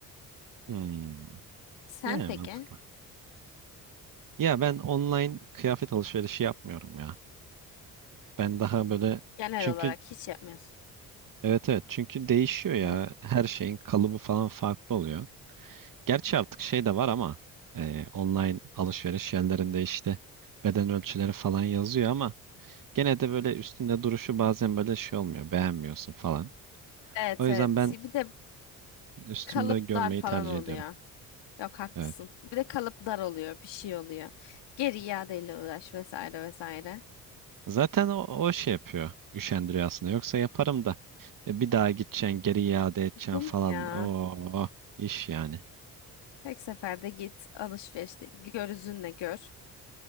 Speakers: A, on the right (about 45°); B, on the left (about 60°).
A: Hmm.
B: Sen
A: Yani
B: peki?
A: mantıklı. Ya ben online kıyafet alışverişi yapmıyorum ya. Ben daha böyle
B: Genel
A: çünkü
B: olarak hiç yapmıyorsun.
A: evet evet çünkü değişiyor ya.
B: Hmm.
A: Her şeyin kalıbı falan farklı oluyor. Gerçi artık şey de var ama e, online alışveriş yerlerinde işte beden ölçüleri falan yazıyor ama gene de böyle üstünde duruşu bazen böyle şey olmuyor. Beğenmiyorsun falan.
B: Evet
A: O yüzden
B: evet.
A: ben
B: Bir de
A: üstümde
B: kalıp
A: görmeyi
B: dar falan
A: tercih
B: oluyor.
A: ediyorum.
B: Yok haklısın.
A: Evet.
B: Bir de kalıp dar oluyor, bir şey oluyor. Geri iadeyle uğraş vesaire vesaire.
A: Zaten o, o şey yapıyor. Üşendiriyor aslında. Yoksa yaparım da e, bir daha gideceksin, geri iade edeceksin
B: Değil
A: falan.
B: mi ya?
A: Oo, iş yani.
B: Tek seferde git alışverişte gözünle gör.